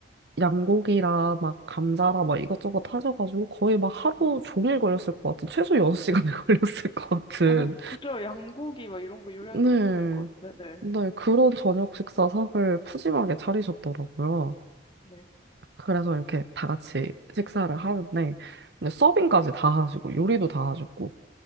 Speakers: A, on the right; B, on the left.
A: 양고기라 막 감자라 막 이것저것 하셔가지고 거의 막 하루
B: 응.
A: 종일 걸렸을 것 같은 최소 6시간이 <laughs> 걸렸을 것 같은
B: 어, 그죠. 양고기 막 이런 거 요리하는데
A: 네.
B: 엄청 걸릴 것 같은데. 네.
A: 네, 그런 저녁 식사상을 푸짐하게 차리셨더라고요.
B: 네.
A: 그래서 이렇게 다 같이 식사를 하는데, 근데 서빙까지 다 하시고, 요리도 다 하셨고.